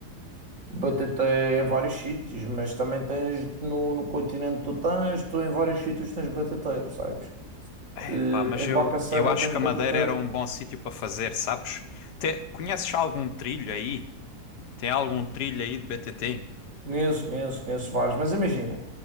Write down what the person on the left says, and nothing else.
É,
pá, mas
eu,
eu acho
que
a Madeira era um bom sítio para fazer, sabes? Te- conheces algum trilho aí? Tem algum trilho aí de BTT?